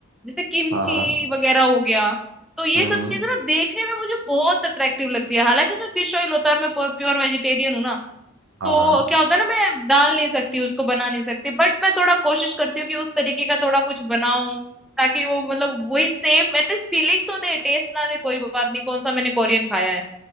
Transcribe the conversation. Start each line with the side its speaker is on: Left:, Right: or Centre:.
Centre: जैसे किमची
Right: हाँ हाँ हाँ
Centre: वगैरह हो गया तो ये
Right: हम्म
Centre: सब
Right: हम्म,
Centre: चीज ना देखने में मुझे बहुत अट्रैक्टिव लगती है हालांकि उसमें फिश ऑयल होता है और मैं प्योर वेजिटेरियन हूँ ना
Right: हाँ
Centre: तो
Right: हाँ।
Centre: क्या होता है ना मैं डाल नहीं सकती उसको बना नहीं सकती बट मैं थोड़ा कोशिश करती हूँ कि उस तरीके का थोड़ा कुछ बनाऊं ताकि वो मतलब वही सेम एटलीस्ट फीलिंग तो दे टेस्ट ना दे कोई बात नहीं कौन सा मैंने कोरियन खाया है